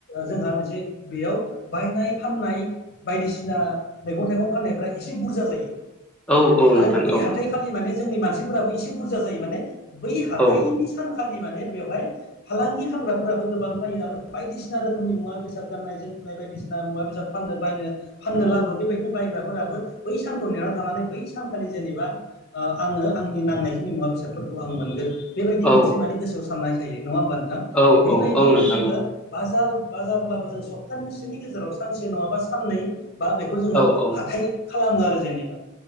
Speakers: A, on the left (about 50°); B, in the centre.
A: जोंहा मोनसे बेयाव बायनाय फाननाय बायदिसिना मैगं थाइगं फाननायफ्रा एसे बुरजा जायो
B: औ औ
A: आरो
B: नोंथां
A: बै
B: औ
A: हाथाइखालि माने जोंनि मानसिफोराबो एसे बुरजा जायो माने बै हाथाइनि
B: औ
A: सानखालि माने बेवहाय फालांगि खामग्राफोराबो गोबां जायो आरो बायदिसिना रोखोमनि मुवा बेसाद गाननाय जोमनाय बायदिसिना मुवा बेसाद फाननो बायनो फाननो लाबो बेबायदिनो बायग्राफोराबो बै सानखौ नेना थानानै बै सानखालि जेनेबा आ आङो आंनि नांनायखिनि मुवा बेसाद फोर खौ आं मोनगोन बेबायदि
B: औ
A: मोनसे माने गोसोआव साननाय थायो नङा हबा नोंथां
B: औ
A: बेबायदिनो
B: औ औ नोंथां
A: जोङो बाजार बााजारब्लाबो जों सप्ताननि गेजेराव सानसे नङाबा साननै बा बेखौ जोङो
B: औ औ
A: हाथाय खालामो आरो जेनेबा